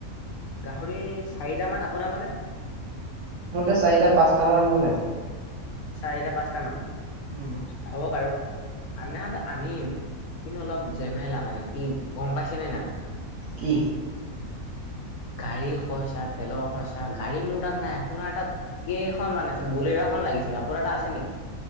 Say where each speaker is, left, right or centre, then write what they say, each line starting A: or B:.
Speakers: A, on the left; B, on the right.
A: গাহৰি চাৰিটামান, আপোনাৰ মতে?
B: মোৰ মতে চাৰিটা পাঁচটামান আনিব লাগে।
A: চাৰিটা পাঁচটা মান?
B: উম।
A: হ'ব বাৰু। আনাত আনিম কিন্তু অলপ জেমেলা মানে কি গম পাইছে নে নাই!
B: কি?
A: গাড়ী খৰচা, তেলৰ খৰচা, গাড়ী মোৰ তাত নাই। আপোনাৰ তাত কেইখন মান আছে, ব'লেৰোখন লাগিছিল আপোনাৰ তাত আছে নেকি?